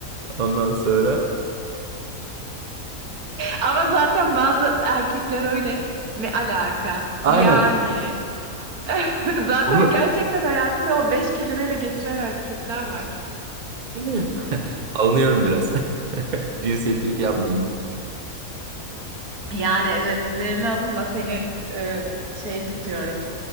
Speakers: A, on the right; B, on the right.
A: Ondan sonra
B: Ama zaten bazı erkekler öyle. Ne alaka?
A: aynen
B: Yani. <laughs> Zaten
A: bunu
B: gerçekten hayatında o beş kelimeyle geçiren erkekler var.
A: <clears throat> alınıyorum biraz. <laughs> Cinsiyetçilik yapmayın lütfen.
B: Yani evet üzerine alınma seni e, şey tutuyorum.